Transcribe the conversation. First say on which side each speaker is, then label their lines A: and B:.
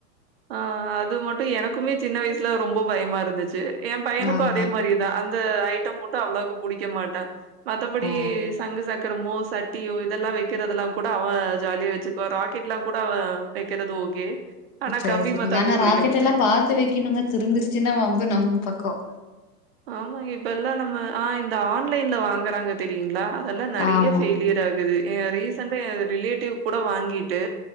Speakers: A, on the right (about 40°); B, on the left (about 30°).
A: ஆ மட்டு எனக்குமே சின்ன வயசுல ரொம்ப பயமா இருந்துச்சு எ பையனுக்கும்
B: ஆமா
A: அதே மாரியேதா அந்த ஐட்டம் மட்டும் அவ்வளவுக்கு புடிக்க மாட்டா மத்தபடி
B: ஓ
A: சங்கு சக்கரமோ சட்டியோ இதெல்லாம் வைக்கிறதுதெல்லாம் கூட அவன் ஜாலியா வச்சுக்குவா ராக்கெட்லாம் கூட அவன் வைக்கிறது ஓகே ஆனா
B: சரி
A: கம்பி
B: சரிங்க
A: மத்தாப்பு
B: ஆனா ராக்கெட்
A: புடிக்க மாட்டான்.
B: எல்லாம் பாத்து வைக்கணுங்க திரும்பிருச்சுன்னா வம்பு நம்ம பக்கம்
A: ஆமாங்க இப்ப எல்லா நம்ம ஆ இந்த ஆன்லைன்ல வாங்குறாங்க தெரியுங்களா அதெல்லா நெறைய
B: ஆமா
A: பெயிலியர் ஆகுது என் ரீசண்டா என் ரிலேட்டிவ் கூட வாங்கிட்டு